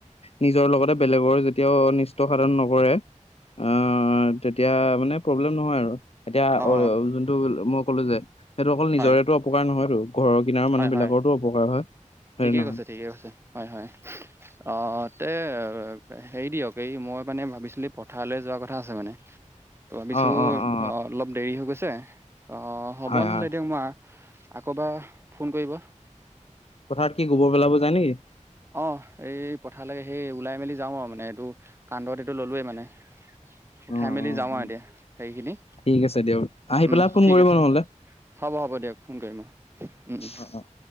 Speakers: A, on the left; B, on the right.
A: নিজৰ লগতে- বেলেগৰ যেতিয়াও নিষ্ট সাধন নকৰে, আহ তেতিয়া মানে- প্ৰব্লেম নহয় আৰু এতিয়া
B: অ
A: যোনটো মই ক'লো যে সেইটো অকল নিজৰেতটো
B: হয়
A: অপকাৰ নহয় টো- ঘৰৰ কিনাৰ মানুহবিলাকৰতো
B: হয় হয়
A: উপকাৰ হয়। হয়নে
B: ঠিকেই
A: নহয়?
B: কৈছে ঠিকেই কৈছে। হয় হয় অ তে হেৰি দিয়ক এই মই মানে ভাবিছিলো- পথাৰলৈ যোৱা কথা আছে মানে, ত ভাবিছো-
A: অ অ অ
B: অঁহ অলপ দেৰি হৈ গৈছে, অ হ'ব
A: হয়
B: নহ'লে
A: হয়।
B: দিয়ক মই - আকৌ এবাৰ ফোন কৰিব?
A: পথাত কি গোবৰ পেলাব জাই নেকি?
B: অ এই পথাল লকে সেই ওলাই মেলি যাওঁ আৰু মানে এইটো কান্দত এইটো ললোৱেই মানে।
A: অ
B: উঠাই মেলি
A: অ
B: যাওঁ
A: অ
B: আৰু এতিয়া সেইখিনি,
A: ঠিক আছে দিয়ক, আহি পেলাই
B: উম
A: ফোন
B: ঠিক
A: কৰিব
B: আছে।
A: নহ'লে।
B: হ'ব হ'ব দিয়ক ফোন কৰিম মই, উম উম।
A: অ অ অ।